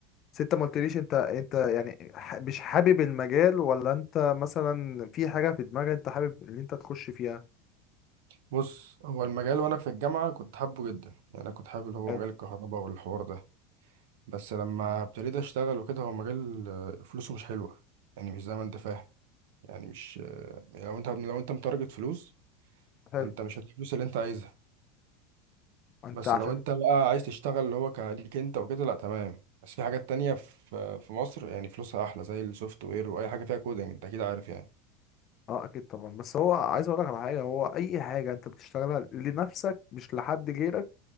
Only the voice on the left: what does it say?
بس انت ما قلتليش انت انت يعني ح- مش حابب المجال ولا انت مثلا في حاجه في دماغك انت حابب اللي انت تخش فيها
حلو
حلو
انت
عشان
اه اكيد طبعا بس هو عايز اقول لك على حاجه هو اي حاجه انت بتشتغلها لنفسك مش لحد غيرك